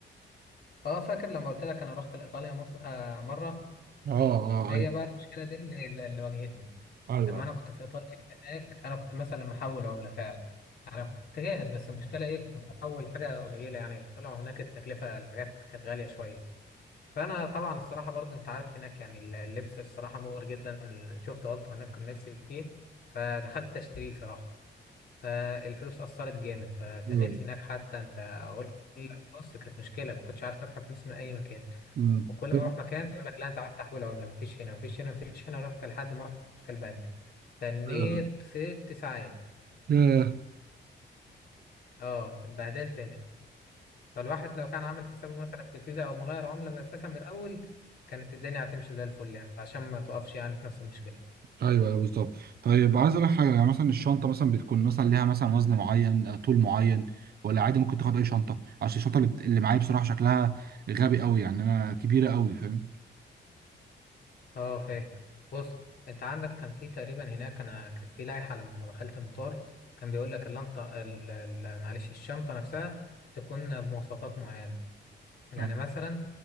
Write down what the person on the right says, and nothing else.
اه
ايوه
ايوه
ايوه
مم.
طب
آه،
ياه.
ايوه أيوة، بالظبط طيب عايز اقول لك حاجه يعني مثلا الشنطه مثلا بتكون مثلا ليها مثلا وزن معين آه، طول معين ولا عادي ممكن تاخد اي شنطه عشان الشنطه اللي, بت- اللي معايا بصراحه شكلها غبي قوي يعني انا كبيره قوي فاهم
آه.